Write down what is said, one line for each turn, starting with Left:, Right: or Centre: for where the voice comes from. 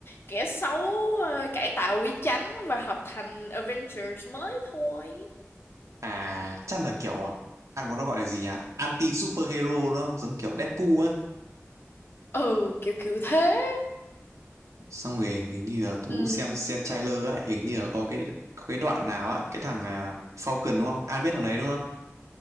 Left: kẻ xấu ờ, cải tạo quý chánh và hợp thành Avengers mới thôi
Right: à chắc là kiểu à anh có nó gọi là gì nhỉ anti superhero đúng không giống kiểu Deadpool ấy
Left: ừ kiểu kiểu thế
Right: xong rồi hình như là Tú
Left: ừ
Right: xem xem trailer ấy hình như là có cái có cái đoạn nào á cái thằng à, Falcon đúng không An biết thằng đấy đúng không